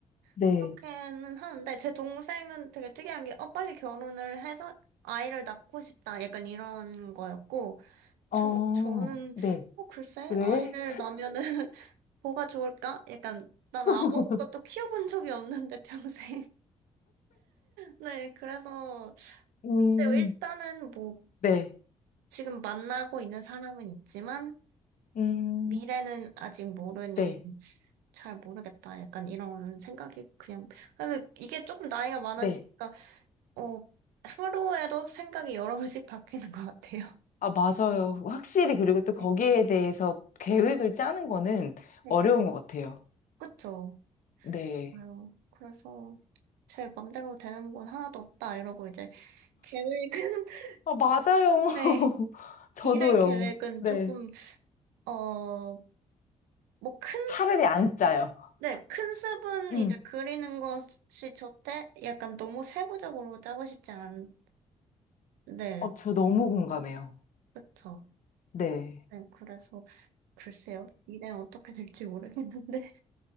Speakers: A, on the left; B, on the right.
A: 네.
B: 그렇게는 하는데, 제 동생은 되게 특이한 게, 어, 빨리 결혼을 해서 아이를 낳고 싶다. 약간 이런 거였고,
A: 어,
B: 저, 저는,
A: 네.
B: 어, 글쎄,
A: 왜?
B: 아이를 낳으면은 <laughs> 뭐가 좋을까? 약간, 나는
A: <laughs>
B: 아무것도 키워본 적이 없는데, <laughs> 평생. 네, 그래서
A: 음,
B: 근데 일단은 뭐
A: 네.
B: 지금 만나고 있는 사람은 있지만
A: 음,
B: 미래는 아직 모르니
A: 네.
B: 잘 모르겠다. 약간 이런 생각이 그냥 근데 이게 조금 나이가 많아지니까
A: 네.
B: 어 하루에도 생각이 여러 번씩 바뀌는 것 같아요. <laughs>
A: 아, 맞아요. 확실히 그리고 또 거기에
B: 네,
A: 대해서 계획을 짜는 거는
B: 네,
A: 어려운 것 같아요.
B: 그쵸.
A: 네.
B: 아유, 그래서 제 맘대로 되는 건 하나도 없다 이러고 이제 계획은
A: 아, 맞아요.
B: <laughs> 네
A: <laughs> 저도요.
B: 미래 계획은
A: 네.
B: 조금 어뭐큰
A: 차라리 안 짜요.
B: 네, 큰 숲은
A: 음.
B: 이제 그리는 것이 좋대? 약간 너무 세부적으로 짜고 싶지 않, 네,
A: 어, 저 너무 공감해요.
B: 그쵸.
A: 네.
B: 네, 그래서, 글쎄요. 미래는 어떻게 될지 모르겠는데.